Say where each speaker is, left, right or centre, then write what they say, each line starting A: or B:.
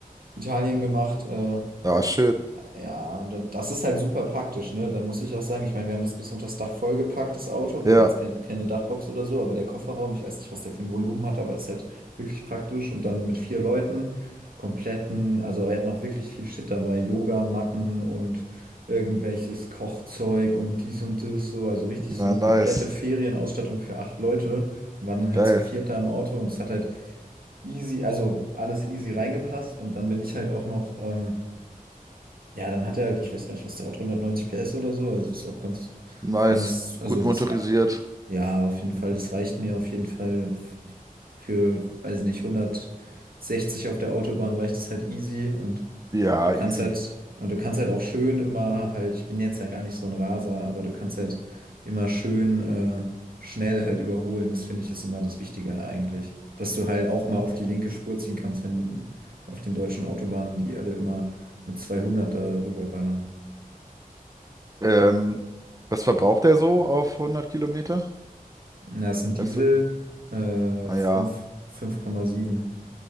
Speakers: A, on the right; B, on the right.
A: Italien gemacht. Äh,
B: Ah, schön.
A: ja, und dann- das ist halt super praktisch, ne? Da muss ich auch sagen, ich meine, wir haben das bis unter das Dach vollgepackt, das Auto. Wir
B: Ja.
A: hatten jetzt kein, keine Dachbox oder so, aber der Kofferraum, ich weiß nicht, was der für ein Volumen hat, aber ist halt wirklich praktisch. Und dann mit vier Leuten, kompletten, also wir hatten auch wirklich viel Shit dabei, Yoga, Matten und irgendwelches Kochzeug und dies und das, so. Also richtig
B: Na,
A: so eine
B: nice.
A: komplette Ferienausstattung für acht Leute. Wir waren dann halt
B: Geil.
A: zu viert da im Auto und es hat halt easy, also alles easy reingepasst. Und dann bin ich halt auch noch. Ähm, ja, dann hat er halt, ich weiß gar nicht, was der hat, 190 PS oder so. Also ist auch ganz,
B: Nice.
A: ganz, also
B: Gut motorisiert.
A: das Ra- ja, auf jeden Fall. Das reicht mir auf jeden Fall f- für, weiß ich nicht, hundertsechzig auf der Autobahn reicht es halt easy und
B: Ja,
A: du kannst
B: easy.
A: halt, und du kannst halt auch schön immer halt, ich bin jetzt ja gar nicht so ein Raser, aber du kannst halt immer schön äh, schnell halt überholen. Das finde ich ist immer das Wichtige eigentlich. Dass du halt auch mal auf die linke Spur ziehen kannst, wenn auf den deutschen Autobahnen die alle immer mit zweihundert da rüberballern.
B: Ähm, was verbraucht er so auf hundert Kilometer?
A: Na, ist ein Diesel,
B: Weißt du?
A: äh,
B: Ah
A: fünf,
B: ja,
A: fünf Komma sieben.